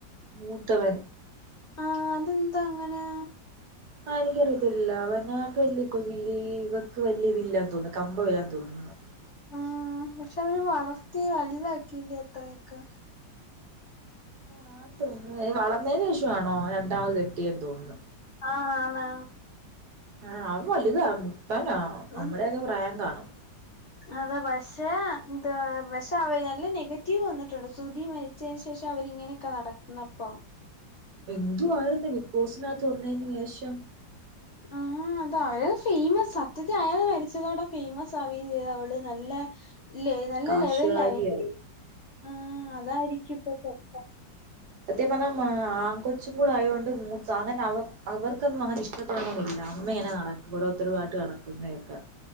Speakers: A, on the right; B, on the left.
A: മൂത്തവൻ
B: ആ അതെന്താ അങ്ങനെ
A: ആ എനിക്കറിയത്തില്ല അവനട്ട് വല്യ കൊ ഇവക്ക് വല്യ ഇതില്ലാത്തോണ്ട് കമ്പം ഇല്ലാന്ന് തോന്നന്ന്
B: ഉം പക്ഷെ അവര് വളർത്തി വലുതാക്കിയില്ലേ ത്രയൊക്കെ
A: ആ തോന്ന വളർന്നതിന് ശേഷമാണോ രണ്ടാമത് കെട്ടിയെന്ന് തോന്നുന്നു
B: ആ ആണ്
A: ആ അവള് വലുതാ മുത്തനാ നമ്മടെയൊക്കെ
B: ഉം
A: പ്രായം കാണും
B: അതാ പക്ഷേ എന്ത പക്ഷെ അവ നെഗറ്റീവ് വന്നിട്ടുണ്ട് സുതി മരിച്ചതിന് ശേഷം ച്ചവരിങ്ങനെക്കാടന്നപ്പം
A: എന്തുവായിരുന്നു ബിഗ് ബോസിനകത്ത് ഒന്നനേഷം
B: ആ അതവര ഫേമസ് സത്യത്തി അയാൾ മരിച്ചതോടെ ഫേമസ് ആവുകയും ചെയ്ത അവള് നല്ല ഇല്ലേ നല്ല
A: കാശുകാരിയായി
B: ലെവലിലായി ആ അതായിരിക്കും ഇപ്പ <unintelligible>
A: അത്യം പറഞ്ഞ ആ കൊച്ചും കൂടെ ആയതുകൊണ്ട് മൂത്ത അങ്ങനെ അവ അവർക്കൊന്നും അങ്ങനെ ഇഷ്ടപ്പെടണെന്നില്ല മ്മെങ്ങനെ നടക്കും ഓരോത്തരുമായിട്ട് നടക്കുന്ന കേക്ക